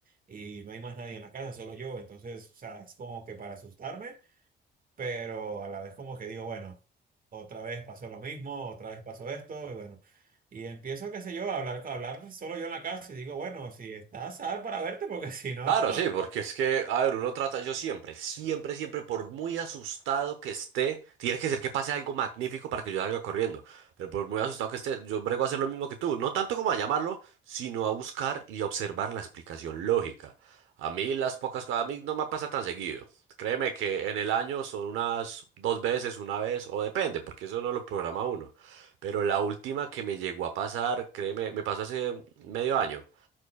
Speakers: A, on the right (about 45°); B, on the right (about 80°).
A: y no hay más nadie en la casa, solo yo, entonces, o sea, es como que para asustarme pero a la vez como que digo, bueno, otra vez pasó lo mismo, otra vez pasó esto, y bueno, y empiezo, qué sé yo, a hablar, a hablar solo yo en la casa y digo, bueno, si estás, sal para verte, porque si no...
B: Claro, sí, porque es que, a ver, uno trata, yo siempre, siempre, siempre, por muy asustado que esté, tiene que ser que pase algo magnífico para que yo salga corriendo, pero por muy asustado que esté, yo brego a hacer lo mismo que tú, no tanto como a llamarlo, sino a buscar y a observar la explicación lógica. A mí las pocas cosas, a mí no me pasa tan seguido. Créeme que en el año son unas dos veces, una vez, o depende, porque eso no lo programa uno. Pero la última que me llegó a pasar, créeme, me pasó hace medio año.